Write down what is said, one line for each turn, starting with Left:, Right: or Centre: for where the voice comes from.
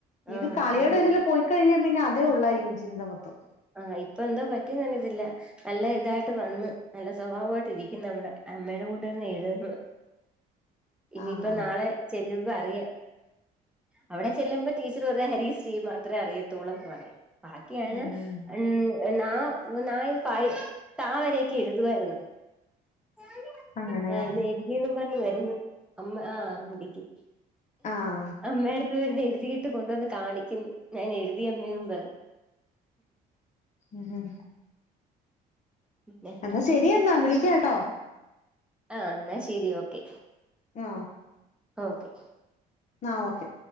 Left: ഇത്
Centre: ആഹ്
Left: കളിയുടെ
Centre: ആന്ന്
Left: ഇതിൽ പോയിക്കഴിഞ്ഞാൽ പിന്നെ അതേ ഉള്ളായിരിക്കും ചിന്ത മൊത്തം
Centre: ആഹ് ഇപ്പ എന്താ പറ്റിന്നന്നതില്ല നല്ല ഇതായിട്ട് വന്ന് നല്ല സ്വഭാവമായിട്ട് ഇരിക്കുന്നു അവിടെ അമ്മേയുടെ കൂട്ടന്ന് എഴതുന്നു ഇനിയിപ്പ
Left: ആഹ്
Centre: നാളെ ചെല്ലുമ്പ അറിയാം. അവിടെ ചെല്ലുമ്പോ ടീച്ചർ പറ ഹരീ ശ്രീ മാത്രമേ അറിയത്തുള്ളൂന്ന് പറയും ബാക്കിയ
Left: ഉം
Centre: ഉ ന നായി പായ താ വരൊക്കെ എഴുതുായിരുന്നു <inaudible>
Left: അങ്ങനെയാ
Centre: ആഹ് ഇന്ന് എഴുതി ന്നും പറഞ്ഞഞ് വരുന്നു അമ്മ ആ ഉണ്ടക്ക്
Left: ആഹ്
Centre: അമ്മ ചരുന്ന് എഴുതി കിട്ട് കൊണ്ടുവന്ന് കാണിക്കു ഞാൻ എഴുതിയമ്മെന്നു പറഞ്ഞു
Left: ഉംം
Centre: പിന്നെ
Left: എന്നാ ശരി എന്ന എന്നാ വിളിക്കാം കേട്ടോ
Centre: ആഹ എന്നാ ശരി ഓക്കെ
Left: ആഹ
Centre: ഓക്കെ
Left: ആഹ് ഓക്കെ